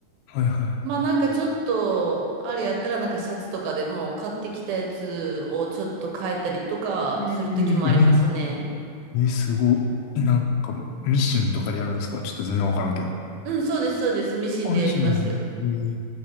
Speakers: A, on the left; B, on the right.
A: はいは
B: まあなんかちょっと、あれやったらなんかシャツとかでも買ってきたやつをちょっと変えたりとかする時もありますね。
A: い。うんえー、え、すごい。え、なんか、ミシンとかでやるんですかちょっと全然わからんけど。
B: うん、そうです、そうです。ミシンでやりますよ。
A: あ、ミシンで。ええ